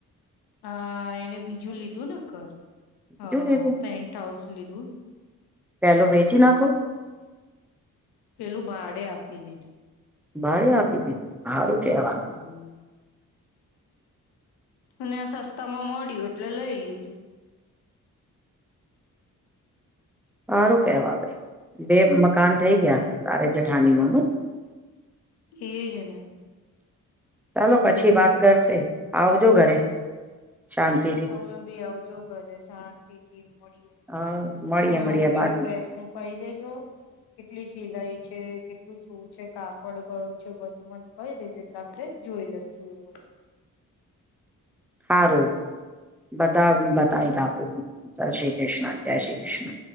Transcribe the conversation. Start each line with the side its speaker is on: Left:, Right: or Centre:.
Left: હા, એને બીજું લીધું ને ઘર
Centre: બીજું
Left: હા,
Centre: લીધું
Left: પેન્ટહાઉસ લીધું ને
Centre: પેલું વેચી નાખો
Left: પેલું ભાડે આપી દીધું
Centre: ભાડે આપી દીધું હારું કેવા
Left: હમ, અને આ સસ્તા માં મળ્યું, એટલે લઈ લીધું
Centre: હારું કેવા, આવે બે મકાન થઇ
Left: હમ
Centre: ગયા તારે જઠાનીઓનું
Left: એજ ને
Centre: ચાલો, પછી વાત કરશે આવજો ઘરે શાંતિથી
Left: તમે ભી આવજો ઘરે, શાંતિ થી મળીએ
Centre: હા મળીએ
Left: હનુમાનને
Centre: મળીએ
Left: પેલું
Centre: વાત
Left: ડ્રેસ નું કહી દેજો કેટલી સિલાઈ છે, કેટલું સું છે કાપડ કયું છે બધું મને કઈ દે, જેટલે આપણે જો જોઈ લે જોયું હા
Centre: હારું બ બતાઈદાપૂર્, જય શ્રી કૃષ્ણ, જય શ્રી કૃષ્ણ